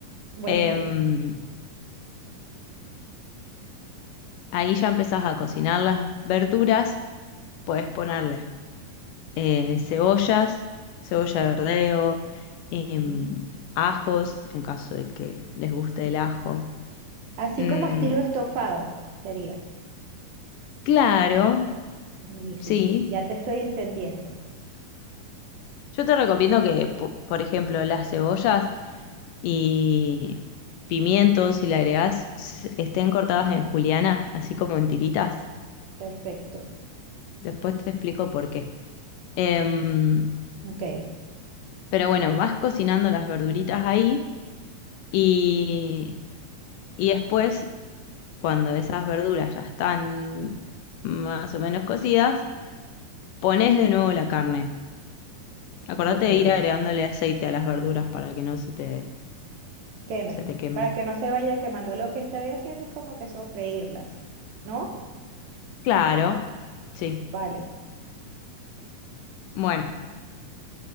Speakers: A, on the right; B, on the left.
A: Buenísimo.
B: Em, ahí ya empezás a cocinar las verduras, puedes ponerle eh, cebollas, cebolla de verdeo, em,
A: ujú.
B: ajos, en caso de que les guste el ajo.
A: Así
B: Mm,
A: como estilo estofado sería.
B: claro,
A: Buenísimo.
B: sí.
A: Ya te estoy entendiendo.
B: Yo te recomiendo que, po- por ejemplo, las cebollas y pimientos, si le agregás, s- estén cortadas en juliana, así como en tiritas.
A: Perfecto.
B: Después te explico por qué. Em,
A: Ok,
B: pero bueno, vas cocinando las verduritas ahí y, y después, cuando esas verduras ya están más o menos cocidas, pones de nuevo la carne. Acordate
A: ok.
B: de ir agregándole aceite a las verduras para que no se te,
A: Quemen.
B: se te quemen.
A: Para que no se vayan quemando. Lo que estoy haciendo es como que sofreírlas, ¿no?
B: Claro, sí.
A: Vale.
B: Bueno,